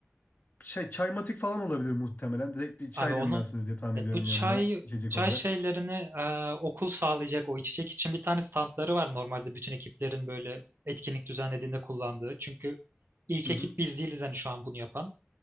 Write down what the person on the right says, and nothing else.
Abi onu
evet,
bu çay
çay
şeylerini e, okul sağlayacak o içecek için bir tane standları var normalde bütün ekiplerin böyle etkinlik düzenlediğinde kullandığı. Çünkü ilk
ekip
biz değiliz hani şu an bunu yapan.